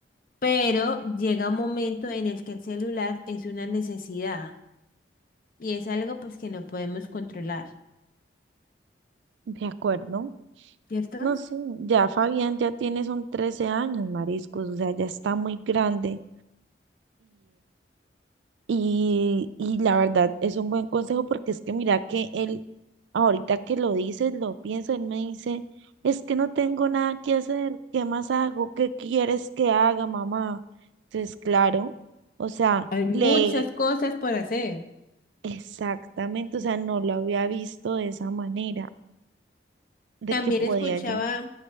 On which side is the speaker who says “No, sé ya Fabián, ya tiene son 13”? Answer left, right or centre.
Right